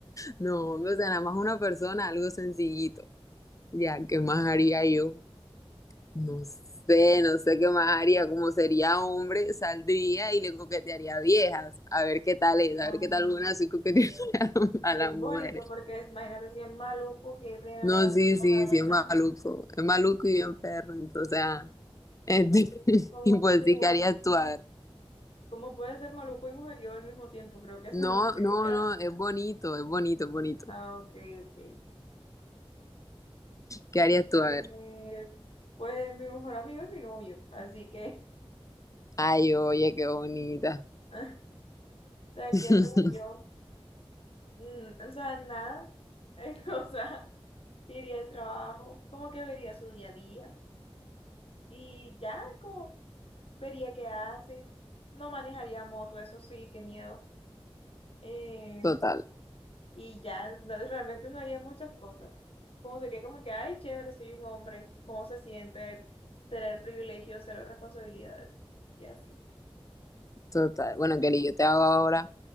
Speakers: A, on the left; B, on the left.
A: No, hombre, o sea, nada más una persona, algo sencillito. Ya, ¿qué más haría yo? No sé, no sé qué más haría. Como sería hombre, saldría y le coquetearía a viejas. A ver qué tal es,
B: Ay,
A: a ver qué tal una así coqueteando
B: Dios.
A: <laughs> a
B: Y
A: las
B: es bonito
A: mujeres.
B: porque es- imagínate si es maluco, qué pena
A: No,
B: lo va a
A: sí,
B: pasar,
A: sí,
B: pena.
A: sí, es maluco. Es maluco y bien perro. Entonces, ah, este, <laughs>
B: ¿Cómo,
A: y pues
B: cómo,
A: sí, ¿qué harías tú? A ver.
B: cómo puede ser maluco y mujeriego al mismo tiempo? Creo que eso
A: No,
B: no <laughs> se
A: no,
B: dirá.
A: no, es bonito, es bonito, es bonito.
B: Ah, ok, ok.
A: ¿Qué harías tú? A
B: Eh,
A: ver.
B: pues mi mejor amigo es mi novio, así que,
A: Ay, oye, qué bonita.
B: <laughs> o sea,
A: <laughs>
B: ¿qué haría yo? Mm, o sea, nada, <laughs> o sea, iría al trabajo, como que vería su día a día y ya, como vería qué hace. No manejaría moto, eso sí, qué miedo. Eh,
A: Total,
B: y ya, no- realmente no haría muchas cosas. Como sería como que, ay, chévere, soy un hombre. ¿Cómo se siente tener privilegios, cero responsabilidades? Y así.
A: total. Bueno, Kelly, yo te hago ahora